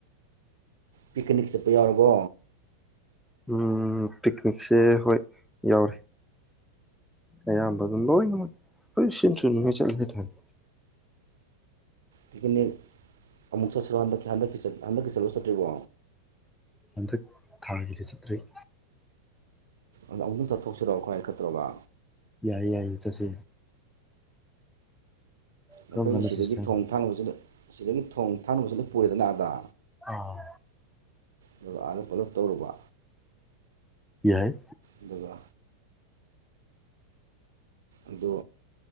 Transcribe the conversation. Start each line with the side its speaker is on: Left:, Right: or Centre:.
Right: ꯄꯤꯛꯅꯤꯛ ꯆꯠꯄ ꯌꯥꯎꯔꯕꯣ
Centre: ꯎ ꯇꯤꯛꯅꯤꯛꯁꯦ ꯍꯣꯏ ꯌꯥꯎꯔꯤ ꯑꯌꯥꯝꯕ ꯑꯗꯨꯝ ꯂꯣꯏꯅꯃꯛ ꯍꯣꯏ ꯁꯤꯟ ꯊꯨꯅꯉꯥꯏ ꯆꯠꯂꯦ ꯍꯥꯏꯇꯥꯅꯤ꯫
Right: ꯇꯤꯀꯅꯤꯛ ꯑꯃꯨꯛ ꯆꯠꯁꯤꯔꯣ ꯍꯟꯗꯛꯟꯗꯛ ꯍꯟꯗꯛꯀꯤ ꯆꯠꯂꯣ ꯆꯠꯇ꯭ꯔꯤꯕꯣ꯫
Centre: ꯍꯟꯗꯛ ꯊꯥꯒꯤꯗꯤ ꯆꯠꯇ꯭ꯔꯔꯤ꯫
Right: ꯑꯗ ꯑꯃꯨꯛꯇꯪ ꯆꯠꯣꯛꯆꯔꯑꯣ ꯑꯩꯈꯣꯏ ꯈꯔꯥꯇꯧꯔꯒ꯫
Centre: ꯌꯥꯏꯌꯦ ꯌꯥꯏꯌꯦ ꯆꯠꯁꯦ꯫ ꯀꯔꯝ
Right: ꯑꯩꯈꯣꯏꯅ
Centre: ꯀꯥꯟꯗ
Right: ꯁꯤꯗꯒꯤ
Centre: ꯆꯠꯁꯦ ꯍꯥꯏꯅꯣ
Right: ꯊꯣꯡ ꯊꯥꯅꯕꯁꯤꯗ ꯁꯤꯗꯒꯤ ꯊꯣꯡ ꯊꯥꯅꯕꯁꯤꯅ ꯄꯨꯔꯦꯗꯅ ꯑꯗ__
Centre: ꯑꯣ
Right: ꯑꯗꯨꯒ ꯑꯗꯥ ꯄꯨꯂꯞ ꯇꯧꯔꯨꯕ꯫
Centre: ꯌꯥꯏ꯫
Right: ꯑꯗꯨꯒ ꯑꯗꯣ